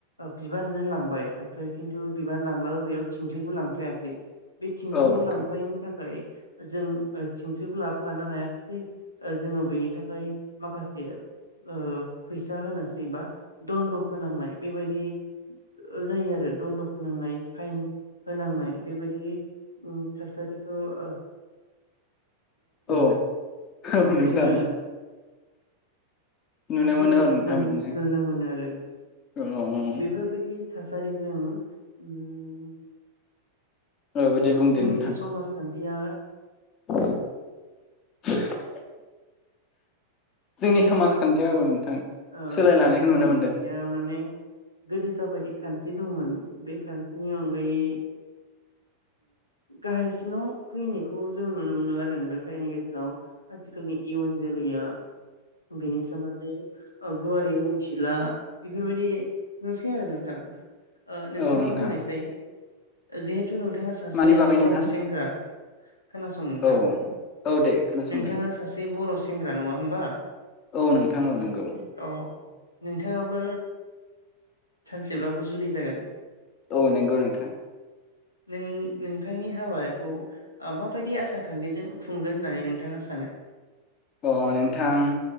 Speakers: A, on the left (about 85°); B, on the left (about 30°).
A: बिबानानो लांबाय ओमफ्राय खिन्थु बिबान लांब्लाबो बेयाव थिंख्लिखौ लांफायासै बे थिंख्लिखौ
B: औ नोंथां
A: लांफायिनि थाखाय जों थिंख्लिखौ लाबोफानो हाया खै जोङो बैनि थाखाय माखासे ओ फैसा होनोसै बा दन्द' फोनांनाय बेबायदि जायो आरो दन्द' फोनांनाय फाइन होनांनाय बेबायदि उम थासारिखौ ओ
B: औ
A: <unintelligible>
B: औ नोंथां
A: जोङो
B: नुनो
A: जोङो
B: मोनो औ नोंथां
A: मोन
B: बिदिनो
A: नुनो मोनो आरो
B: औ औ
A: बेफोरबायदि थासारिजों उम
B: औ औ दे बुंदो
A: जोंनि
B: नोंथां
A: समाज खान्थिया
B: <inaudible> जोंनि समाजखान्थियाव औ नोंथां
A: ओ
B: सोलायलांनायखौ
A: जोंनि समाजखान्थिया
B: नुनो मोनदों
A: माने गोदो जाबायदि खान्थि दंमोन बे खान्थिनि अनगायै गाहायसिनाव फैनायखौ जोङो नुनो मोनो आरो नोंथां जायनि गेजेराव आथिखालनि इयुन जोलैया बेनि सोमोन्दै गुवारै मिनथिला बेफोरबायदि नुसै आरो नोंथां ओ नोंथाङा
B: औ नोंथां
A: बुंनायसै जिहेथु नोंथाङा सासे
B: मानि बागै नोंथां
A: बर' सेंग्रा खोनासं नोंथां
B: औ औ दे खोनासंदों
A: नोंथाङा सासे बर' सेंग्रा नङा होमबा
B: औ नोंथां औ नोंगौ
A: अ नोंथाङाबो सानसेब्लाबो जुलि जागोन
B: औ नंगौ नोंथां
A: नों नोंथांनि हाबाखौ माबायदि आसार खान्थिजों खुंगोन होननानै नोंथाङा सानो
B: अ नोंथां